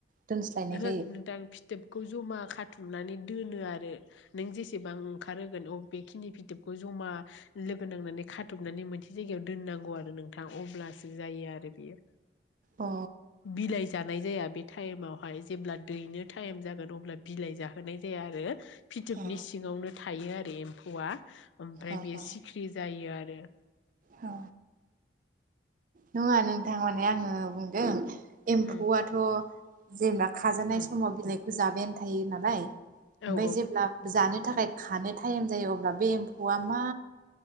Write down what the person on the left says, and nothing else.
ओहो
जो नोंथां फिथोबखौ जमा खाथुम नानै दोनो आरो नों जेसेबां ओंखार होगोन बेखिनि फिथोबखौ जमा लोगो नांनानै खाथबनानै मोनसे जायगायाव दोननांगौ आरो नोंथां अब्लासो जायो आरो बेयो।
बिलाइ जानाय जाया। बे टाइमाव। फाय जेब्ला दैनो टाइम जागोन अब्ला बिलाइ जाहोनाय जाया आरो फिथोबनि
सिङावनो थायो आरो एम फवा ओमफ्राय
बेयो
सिखिरि जायो आरो।
उम
उम
औ औ